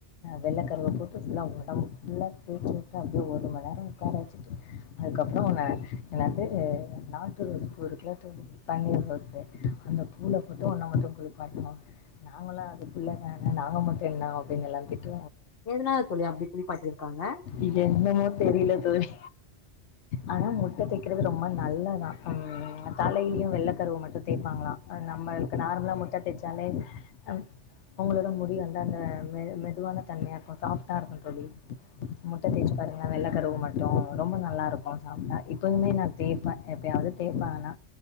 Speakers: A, on the left (about 90°); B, on the left (about 60°).
A: வெள்ளை கருவை போட்டு புல்லா உடம்பு புல்ல தேச்சுவிட்டு அப்படியே ஒரு மணி நேரம் உக்கார அதுக்கப்புற எனது நாட்டு ரோஸ் பூ இருக்குல பன்னீர் ரோ அந்த பூளை போட்டு உன்னன மட்டு குளிப்பாட்டுவாங்க நாங்களா அது பிள்ள தான நாங்க மட்டு என்ன அப்டினு எல்லா திட்
B: எதனால தோழி அப்டி குளிப்பாட்டிருக்காங்க
A: இ என்னமோ தெரியல தோழி ஆனா முட்டை தைக்கறது ரொம்ப நல்லாதா ம் தலையிலயும் வெள்ளை கருவு மட்டும் தேய்ப்பாங்களா நம்மளுக்கு நார்மலா முட்ட தேய்ச்சாலே ம் அவங்களோட முடி வந்து அந்த மெ மெதுவான தன்மையாக இருக்கும் சாப்டாக இருக்கு தோழி முட்டை தேய்ச்சு பாருங்க வெள்ளை கருவு மட் ரொம்ப நல்லா இருக்கு சாப்பிட்டா இப்பயுமே நா தேய்பேன் எப்பயாவது தேய்ப்பே ஆனா